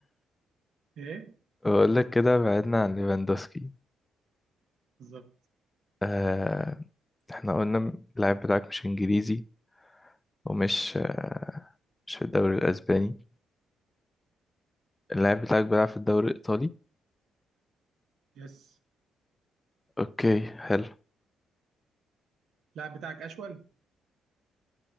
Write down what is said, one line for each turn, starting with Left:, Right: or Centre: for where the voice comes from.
Right: ايه
Left: بقول لك كده بعدنا عن ليفاندوسكي
Right: بالظبط
Left: آه احنا قلنا اللاعب بتاعك مش انجليزي ومش آه مش في الدوري الاسباني اللاعب بتاعك بيلعب في الدوري الايطالي
Right: يس
Left: اوكي حلو
Right: اللاعب بتاعك اشول